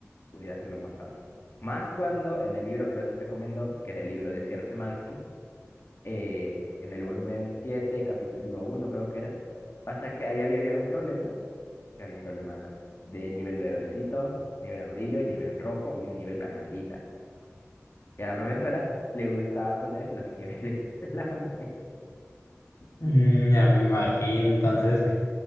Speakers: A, on the left (about 50°); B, on the left (about 75°).
A: pudiera hacerlo más fácil. Más cuando en el libro que nos recomendó, que era el libro de Sierra Szymanski, eh, en el volumen 7 capítulo uno creo que era, Pasa que ahí había, habían problemas, que habían problemas de nivel verdecito, nivel amarillo y nivel rojo y un nivel calaverita. Y a la profesora le gustaba poner los niveles <laughs> clave.
B: Mm, ya me imagino, entonces